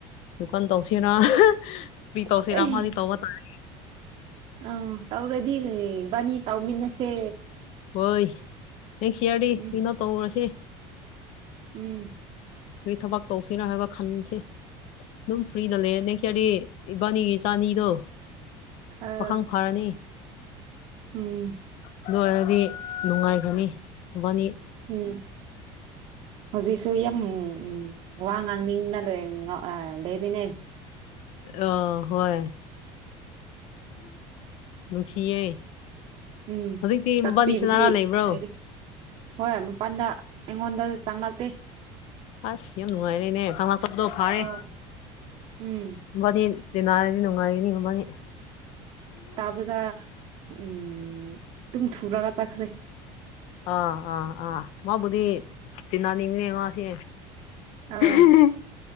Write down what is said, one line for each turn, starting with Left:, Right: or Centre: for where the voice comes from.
Left: ꯗꯨꯨꯀꯥꯟ ꯇꯧꯁꯤꯔꯥ ꯀꯔꯤ ꯇꯧꯁꯤꯔꯥ
Right: ꯑ <unintelligible>
Left: ꯑꯃꯗꯤ ꯇꯧꯕ ꯇꯥꯔꯦ
Right: ꯑꯥ ꯇꯧꯔꯗꯤ ꯏꯕꯥꯅꯤ ꯇꯧꯃꯤꯟꯅꯁꯦ
Left: ꯍꯣꯏ ꯢꯌꯥ꯭ꯔꯗꯤ
Right: ꯎꯝ
Left: ꯀꯩꯅꯣ ꯇꯧꯔꯁꯦ
Right: ꯎꯝ
Left: ꯀꯔꯤ ꯊꯕꯛ ꯇꯧꯁꯤꯔꯥ ꯍꯥꯏꯕ ꯈꯟꯁꯦ ꯑꯗꯨꯝ ꯐ꯭ꯔꯤꯗ ꯂꯩꯔꯦ ꯅꯦꯛꯁ ꯌꯥ꯭ꯔꯗꯤ ꯏꯕꯥꯅꯤꯒꯤ ꯏꯆꯥ ꯑꯅꯤꯗꯣ
Right: ꯑꯥ
Left: ꯄꯥꯈꯪ ꯐꯥꯔꯅꯤ
Right: ꯎꯝ
Left: ꯑꯗꯨ ꯑꯣꯏꯔꯗꯤ ꯅꯨꯡꯉꯥꯏꯈ꯭ꯔꯅꯤ ꯢꯕꯥꯅꯤ
Right: ꯎꯝ ꯍꯧꯖꯤꯛꯁꯨ ꯌꯥꯝ ꯋꯥ ꯉꯥꯡꯅꯤꯡꯅ ꯂꯣꯏ ꯂꯩꯔꯤꯅꯦ
Left: ꯑꯣ ꯍꯣꯏ ꯅꯨꯡꯁꯤꯌꯦ
Right: ꯎꯝ
Left: ꯍꯧꯖꯤꯛꯇꯤ
Right: ꯇꯥꯛꯄꯤꯕꯗꯤ
Left: ꯃꯕꯥꯅꯤ ꯁꯅꯥꯔꯥ ꯂꯩꯕ꯭ꯔꯣ
Right: ꯍꯥꯏꯔꯤ ꯍꯣꯏ ꯃꯄꯜꯗ ꯑꯩꯉꯣꯟꯗ ꯆꯪꯂꯛꯇꯦ
Left: ꯑꯁ ꯌꯥꯝ ꯅꯨꯡꯉꯥꯏꯔꯦꯅꯦ ꯆꯪꯂꯛꯇꯕꯗꯣ ꯐꯥꯔꯦ
Right: ꯑꯣ ꯎꯝ
Left: ꯃꯕꯥꯅꯤ ꯇꯤꯟꯅꯔꯗꯤ ꯅꯣꯡꯉꯥꯏꯒꯅꯤ ꯃꯕꯥꯅꯤ
Right: ꯑꯗꯨꯗ <unintelligible> ꯎꯝ ꯑꯗꯨꯝ ꯊꯨꯔꯒ ꯆꯠꯈ꯭ꯔꯦ
Left: ꯑꯥ ꯑꯥ ꯑꯥ ꯃꯥꯕꯨꯗꯤ ꯇꯤꯟꯅꯅꯤꯡꯉꯅꯦ ꯃꯥꯁꯦ <unintelligible>
Right: ꯑꯥ